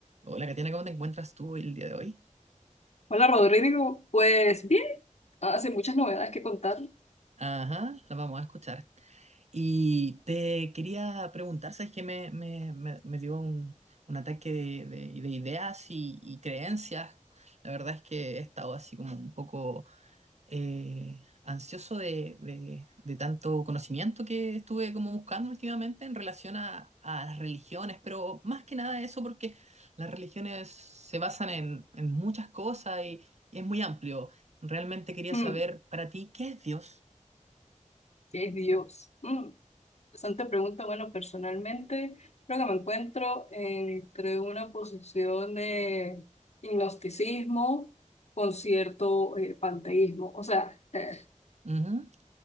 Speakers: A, on the right; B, on the left.
A: Hola, Katiana, ¿cómo te encuentras tú el día de hoy?
B: Hola Rodrigo, pues bien, hace muchas novedades que contar.
A: Ajá, la vamos a escuchar. Y te quería preguntar, ¿sabes qué? Me, me, me- me dio un, un ataque de, de- de ideas y, y creencias. La verdad es que he estado así como un poco eh, ansioso de, de- de tanto conocimiento que estuve como buscando últimamente en relación a, a las religiones, pero más que nada eso porque las religiones se basan en, en muchas cosas y, y es muy amplio. Realmente quería
B: Mm,
A: saber para ti, ¿qué es Dios?
B: ¿qué es Dios? Mm, interesante pregunta. Bueno, personalmente creo que me encuentro entre una posición de gnosticismo con cierto eh, panteísmo. O sea, <laughs>
A: Ujú,